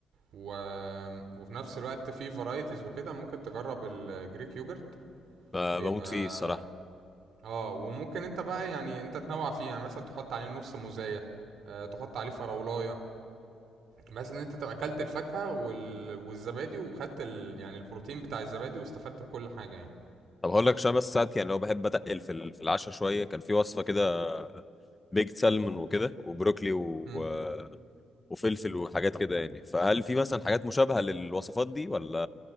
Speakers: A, on the right; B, on the left.
A: و... وفي نفس الوقت في فرايتيز وكده ممكن تجرب الجريك يوجرت
B: ب-
A: بيبقى
B: بموت فيه الصراحه
A: اه وممكن انت بقى يعني انت تنوع فيه يعني مثلا تحط عليه نص موزاية آه، تحط عليه فراولاية بس ان انت تبقى اكلت الفاكهة وال... والزبادي وخدت ال... يعني البروتين بتاع الزبادي واستفدت بكل حاجة يعني
B: طب هقول لك عشان بس ساعات يعني لو بحب اتقل في ال- في العشاء شويه كان في وصفه كده بيكت سالمون وكده وبروكلي و...
A: مم.
B: وفلفل وحاجات كده يعني فهل في مثلا حاجات مشابهه للوصفات دي ولا